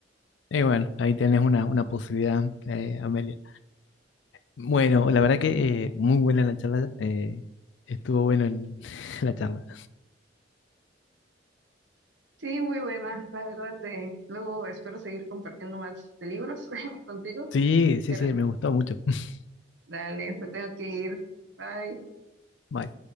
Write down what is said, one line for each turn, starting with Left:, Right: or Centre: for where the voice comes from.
Left: Y bueno, ahí tenés una, una posibilidad, eh, Amelia. Bueno, la verdad que eh, muy buena la charla. eh, estuvo bueno el- <laughs> la charla.
Right: Sí, muy buena, la verdad, te, luego espero seguir compartiendo más de libros <laughs> contigo,
Left: Sí, sí,
Right: pero
Left: sí, me gustó mucho. <laughs>
Right: dale, me tengo que ir. Bye.
Left: Bye.